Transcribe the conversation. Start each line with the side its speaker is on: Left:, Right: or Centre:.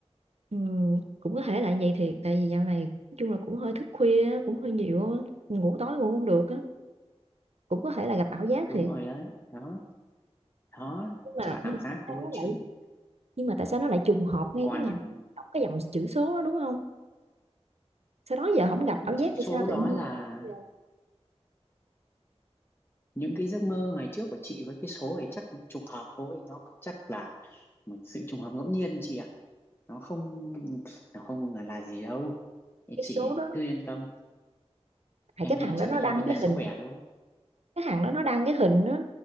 Right: ừ, cũng có thể là vậy thiệt. Tại vì dạo này nói chung là cũng hơi thức khuya, á, cũng hơi nhiều á. Ngủ tối ngủ không được á. Cũng có thể là gặp ảo giác
Left: đúng
Right: thiệt.
Left: rồi đấy đó đó
Right: Nhưng mà
Left: chắc là ảo
Right: nhưng mà
Left: giác
Right: tại
Left: thôi
Right: sao nó lại
Left: chứ
Right: nhưng mà tại sao nó lại trùng hợp ngay
Left: còn
Right: cái ngày đọc cái dòng chữ số đó đúng không? Sau đó giờ không gặp ảo giác
Left: chắc
Right: hay
Left: số
Right: sao tự
Left: đó
Right: nhiên
Left: là
Right: giờ
Left: những cái giấc mơ ngày trước của chị với cái số ấy chắc trùng hợp thôi nó chắc là một sự trùng hợp ngẫu nhiên chị ạ nó không nó không là gì đâu Thì
Right: cái
Left: chị
Right: số đó
Left: cứ yên tâm
Right: hay
Left: em
Right: cái
Left: nghĩ
Right: thằng
Left: chắc
Right: đó nó
Left: là
Right: đăng
Left: do vấn
Right: cái
Left: đề sức
Right: hình
Left: khỏe thôi
Right: cái thằng đó nó đăng cái hình nó